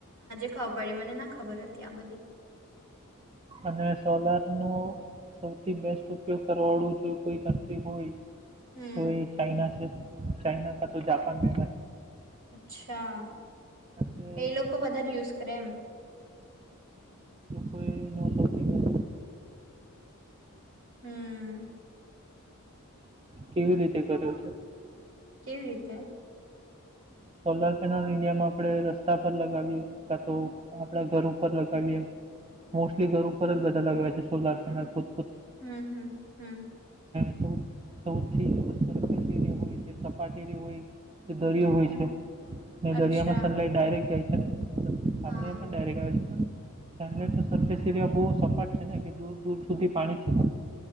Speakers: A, on the right; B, on the right.
A: <unintelligible> મને ના ખબર હતી આ બધી
B: અને સોલાર નો સૌથી બેસ્ટ ઉપયોગ કરવાળું જો કોઈ કન્ટ્રી હોય
A: હમ
B: તો એ ચાઈના છે ચાઈના કા તો જાપાન મે
A: અચ્છા
B: કે
A: એ લોકો વધારે યુઝ કરે એમ?
B: કોઈ ન સથી
A: હમ
B: કેવી રીતે કર્યો છે
A: કેવી રીતે?
B: સોલાર પેનલ ઇન્ડિયામાં આપણે રસ્તા પર લગાવીએ કા તો આપણા ઘર ઉપર લગાવીએ મોસ્ટલી ઘર ઉપર જ બધા લગાવાય સોલાર પેનલ તો
A: હમ્મ, હમ્મ, હમ્મ
B: સ સૌથી સર્ફિસ એરિયા હોય સપાટ એરિયા હોય કે દરીયો હોય
A: હમ
B: છે
A: અચ્છા
B: દરિયામાં સનલાઇટ ડાયરેક જાય છે ને આપડે
A: હા
B: પણ ડાયરેક્ટ આવે છે પણ સનલાઈટ નો સરર્ફેસ એરિયા બહુ સપાટ છે ને કે દૂર દૂર સુધી પાણી છે